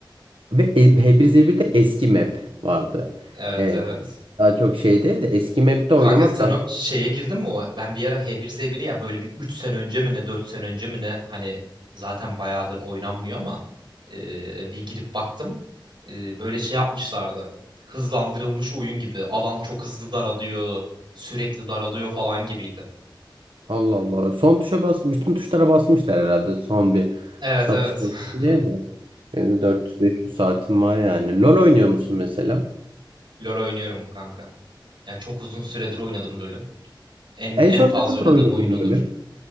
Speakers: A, on the right (about 85°); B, on the right (about 65°).
A: Ve e- H1Z1'de eski map vardı.
B: Evet
A: Ee,
B: evet.
A: daha çok şey değil de eski map'te
B: Kanka
A: oynamak
B: sen
A: daha
B: o şeye girdin mi? O, ben bir ara H1Z1'i ya böyle bir 3 sene önce mi ne 4 sene önce mi ne hani zaten bayağıdır oynanmıyor ama e, bir girip baktım. E, böyle şey yapmışlardı. Hızlandırılmış oyun gibi. Alan çok hızlı daralıyor. Sürekli daralıyor falan gibiydi.
A: Allah Allah. Son tuşa basmış. Bütün tuşlara basmışlar herhalde son bir
B: Evet
A: satış
B: evet.
A: olsun
B: <laughs>
A: diye mi? Benim de 400-500 saatim var yani. LoL oynuyor musun mesela?
B: LoL oynuyorum kanka. Ya çok uzun süredir oynadım LoL'ü. En
A: En
B: en
A: son
B: fazla
A: ne zaman
B: oynadığım
A: oynadın
B: oyun odur.
A: LoL'ü?